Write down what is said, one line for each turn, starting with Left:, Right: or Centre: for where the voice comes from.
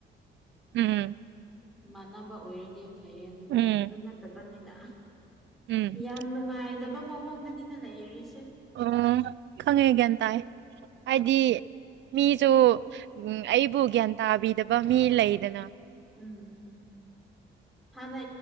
Right: ꯎꯝ
Centre: ꯃꯥꯟꯅꯕ ꯑꯣꯏꯔꯒꯦ ꯐꯩꯌꯦ ꯑꯗꯨꯕꯨ
Right: ꯎꯝ
Centre: ꯑꯗꯨ ꯅꯠꯇꯕꯅꯤꯅ
Right: ꯎꯝ
Centre: ꯌꯥꯝ ꯅꯨꯡꯉꯥꯏꯗꯕ ꯃꯑꯣꯡꯗꯅꯤꯅ ꯂꯩꯔꯤꯁ
Right: ꯎ ꯈꯪꯉꯦ ꯒ꯭ꯌꯥꯟ ꯇꯥꯏ ꯍꯥꯏꯗꯤ ꯃꯤꯁꯨ ꯎ ꯑꯩꯕꯨ ꯒ꯭ꯌꯥꯟ ꯇꯥꯕꯤꯗꯕ ꯃꯤ ꯂꯩꯗꯅ
Centre: ꯎꯝ ꯍꯥ ꯅ